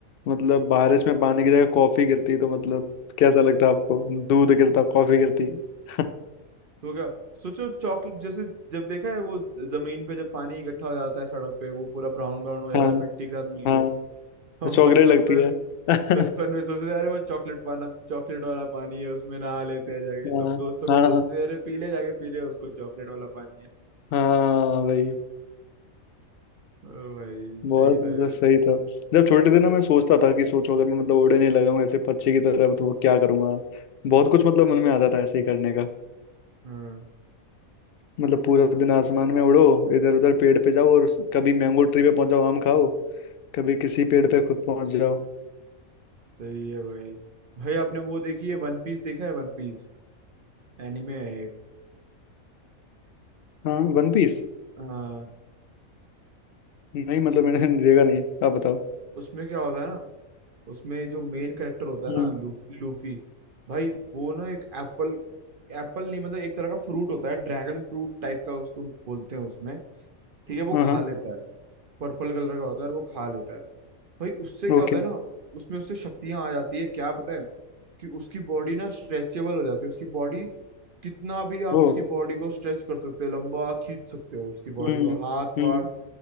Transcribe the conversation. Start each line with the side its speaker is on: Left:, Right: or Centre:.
Left: मतलब बारिश में पानी की जगह कॉफी गिरती तो मतलब कैसा लगता आपको दूध गिरता कॉफी गिरती <laughs>
Right: तो क्या सोचो चॉकलेट जैसे जब देखा है वो जमीन पे जब पानी इकट्ठा हो जाता है सड़क पे वो पूरा ब्राउन ब्राउन हो जाता
Left: हाँ
Right: है मिट्टी के साथ मिलके
Left: हाँ
Right: हम
Left: चॉकलेट
Right: बचपन
Left: लगती
Right: में
Left: है <laughs> हाँ
Right: बचपन में सोचते थे अरे वो चॉकलेट पाना चॉकलेट वाला पानी है उसमें नहा लेते हैं जाके
Left: हाँ
Right: तो हम दोस्तों को
Left: हाँ
Right: बोलते थे अरे पी ले जाके पी ले उसको चॉकलेट वाला पानी है
Left: हाँ भाई
Right: ओ भाई
Left: बहुत
Right: सही
Left: मतलब
Right: था यार
Left: सही था जब छोटे थे ना मैं सोचता था कि सोचो अगर मैं मतलब उड़े नहीं लगाऊंगा ऐसे पक्षी की तरह तो क्या करूंगा बहुत कुछ मतलब मन में आता था ऐसे ही करने का
Right: हाँ
Left: मतलब पूरा
Right: अब
Left: दिन आसमान में उड़ो इधर उधर पेड़ पे जाओ और कभी मैंगो ट्री पे पहुंच जाओ आम खाओ कभी किसी पेड़ पे खुद पहुंच जाओ
Right: सही है भाई भाई आपने वो देखी है वन पीस देखा है वन पीस एनिमे है एक
Left: हाँ वन पीस
Right: हाँ
Left: नहीं मतलब
Right: नहीं
Left: मैंने <laughs> देखा नहीं है आप बताओ
Right: उसमें क्या होता है ना उसमें जो मेन कैरेक्टर होता है
Left: हम्म
Right: ना लू, लूफी भाई वो ना एक एप्पल एप्पल नहीं मतलब एक तरह का फ्रूट होता है ड्रैगन फ्रूट टाइप का उसको बोलते हैं उसमें ठीक है वो
Left: हाँ
Right: खा
Left: हाँ
Right: लेता है पर्पल कलर का होता है और वो खा लेता है भाई उससे क्या
Left: ओके
Right: होता है ना उसमें उससे शक्तियां आ जाती है क्या पता है कि उसकी बॉडी ना स्ट्रेचेबल हो जाती है उसकी बॉडी कितना भी
Left: ओ
Right: आप उसकी बॉडी को स्ट्रेच कर सकते हो लंबा खींच सकते हो उसकी बॉडी
Left: हम्म
Right: को हाथ
Left: हम्म
Right: वाथ